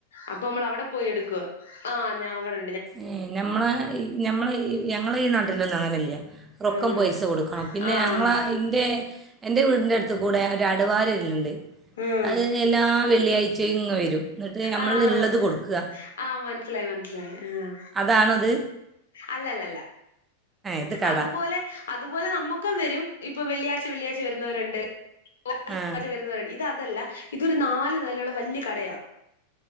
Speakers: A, on the left; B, on the right.
A: അപ്പൊ നമ്മൾ അവിടെ പോയി എടുക്കുവാ ആഹ് ഞാൻ അവിടെ
B: ഏഹ് ഞമ്മളെ ഞമ്മളെ ഞങ്ങള ഈ നാട്ടിലുള്ള ആളല്ല. റൊക്കം
A: ആഹ്
B: പൈസ കൊടുക്കണം പിന്നെ
A: ആഹ്
B: ഞങ്ങളെ ഇൻ്റെ എൻ്റെ വീടിൻ്റെ അടുത്ത് കൂടെ ഒരു അടവാര് കൊണ്ട് വരലുണ്ട്.
A: ഉം
B: അത് എല്ലാ വെള്ളിയാഴ്ചയും ഇങ്ങ് വരും. എന്നിട്ട് നമ്മൾ
A: ആഹ്
B: ഉള്ളത് കൊടുക്കുക
A: ആഹ് മനസിലായി മനസിലായി ആഹ്
B: അതാണോ അത്
A: അല്ലല്ലല്ല.
B: ഇത് കട
A: അതുപോലെ അതുപോലെ നമുക്കും വരും ഇപ്പൊ വെള്ളിയാഴ്ച വെള്ളിയാ്ച വരുന്നവരുണ്ട് ചൊവ്വാഴ്ച
B: ആ
A: വരുന്നവരുണ്ട് ഇത് അതല്ല ഇതൊരു നാല് നിലയുള്ള വലിയ കടയാ